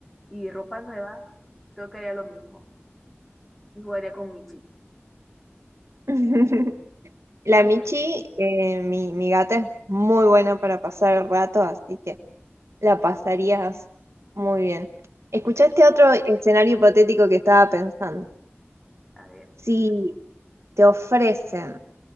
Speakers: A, in the centre; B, on the right.
A: y ropa nueva, creo que haría lo mismo y jugaría con Michi.
B: <laughs> La
A: Aunque,
B: Michi, eh, mi, mi gata es muy buena para pasar el rato, así que la pasarías muy bien. Escuchá
A: pero,
B: este otro escenario hipotético que estaba pensando.
A: a ver,
B: Si te ofrecen,